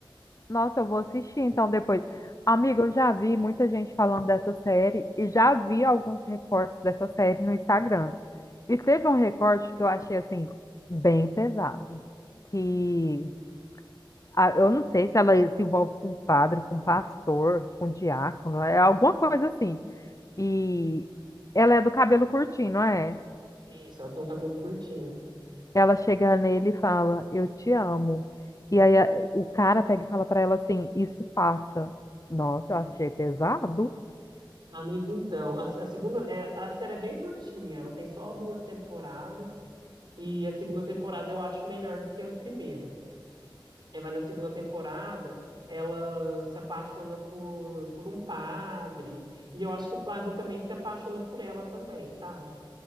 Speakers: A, on the left; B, on the right.
A: Nossa, eu vou assistir então depois. Amigo, eu já vi muita gente falando dessa série e já vi alguns recortes dessa série no Instagram. E teve um recorte que eu achei assim bem pesado, que ah, eu não sei se ela se envolve com padre, com pastor, com diácono, é alguma coisa assim. E ela é do cabelo curtinho, não é?
B: Isso, ela tem um cabelo curtinho.
A: Ela chega nele e fala, eu te amo. E aí a- o cara pega e fala pra ela assim, isso passa. Nossa, eu achei pesado.
B: Amiga, então, a, a segunda, é, a série é bem curtinha, ela tem só duas temporadas. E a segunda temporada eu acho melhor do que a primeira. É, vai na segunda temporada, ela se apaixona por, por um padre, e eu acho que o padre também se apaixona por ela também, sabe?